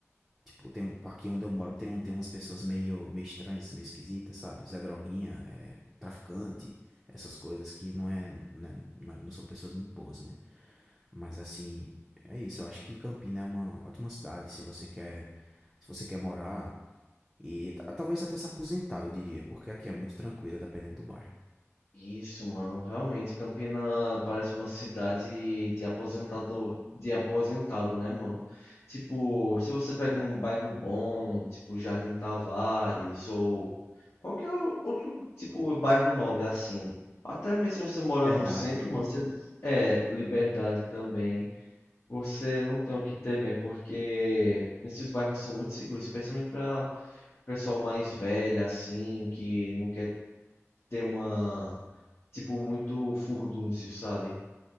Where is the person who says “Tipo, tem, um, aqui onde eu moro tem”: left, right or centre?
Centre